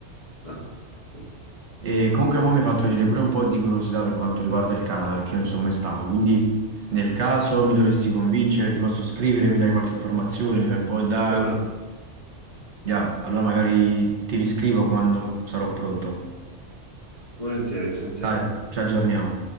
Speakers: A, on the left; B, on the right.
A: Ah, vedi.
B: E comunque mo mi ha fatto venire pure un po' di curiosità per quanto riguarda il Canada, perché io non ci sono mai stato, quindi nel caso mi dovessi convincere, ti posso scrivere, mi dai qualche informazione, mi fai un po' da...
A: Come no?
B: Ya, allora magari ti riscrivo quando sarò pronto.
A: Volentieri, ci sentiamo.
B: Dai, ci aggiorniamo.